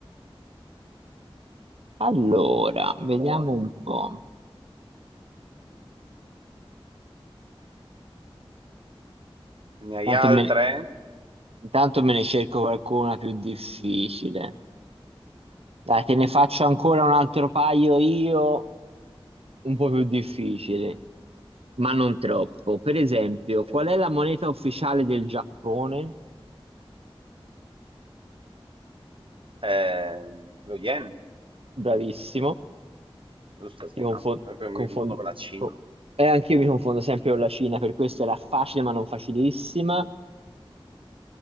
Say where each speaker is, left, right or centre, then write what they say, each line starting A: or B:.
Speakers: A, on the right (about 80°); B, on the right (about 60°).
A: Allora, vediamo
B: Poi,
A: un po'.
B: ne hai
A: Tanto
B: altre?
A: me, Intanto me ne cerco qualcuna più difficile. Dai, te ne faccio ancora un altro paio io, un po' più difficile, ma non troppo. Per esempio, qual è la moneta ufficiale del Giappone?
B: Eh, lo yen,
A: Bravissimo.
B: giusto, sì,
A: Ti confon-
B: no? Eh, Mi
A: confon-
B: confondo con la Cina.
A: co- eh, anch'io mi confondo sempre con la Cina, per questo era facile ma non facilissima.